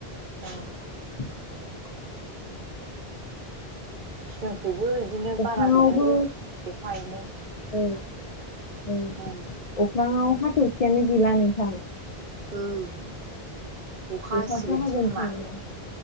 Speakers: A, on the right (about 60°); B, on the left (about 45°).
A: अ
B: <inaudible>
A: जोंखैबो बिदिनो
B: अख्राङावबो
A: बारा गैयालै एफा एनै
B: औ औ
A: ओं
B: अख्राङाव हाथरखियानो गैला नोंथां
A: ओं अखा
B: अखासो
A: हसिगोनसो
B: हागोन
A: खोमा
B: खोमाना